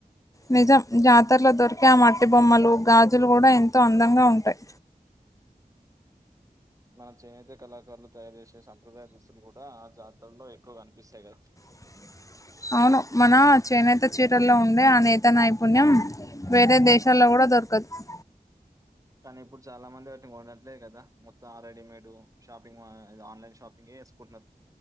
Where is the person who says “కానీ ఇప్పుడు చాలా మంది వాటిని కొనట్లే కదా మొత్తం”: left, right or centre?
Right